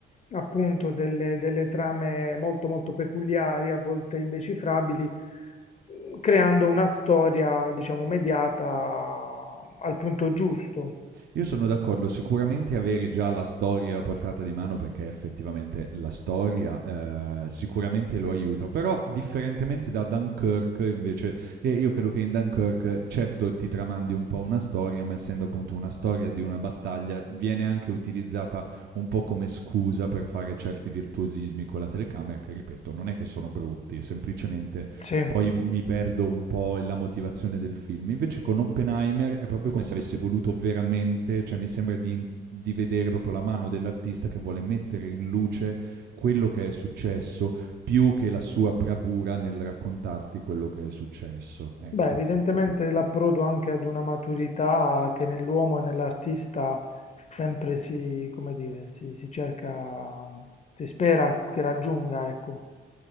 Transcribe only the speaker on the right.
Io sono d'accordo, sicuramente avere già la storia a portata di mano perché effettivamente la storia eh, sicuramente lo aiuta, però differentemente da Dunkirk invece, e io credo che in Dunkirk certo ti tramandi un po' una storia, ma essendo appunto una storia di una battaglia viene anche utilizzata un po' come scusa per fare certi virtuosismi con la telecamera che ripeto non è che sono brutti, semplicemente
poi mi perdo un po' la motivazione del film. Invece con Oppenheimer è proprio come se avesse voluto veramente, cioè mi sembra di, in- di vedere proprio la mano dell'artista che vuole mettere in luce quello che è successo più che la sua bravura nel raccontarti quello che è successo. Ecco.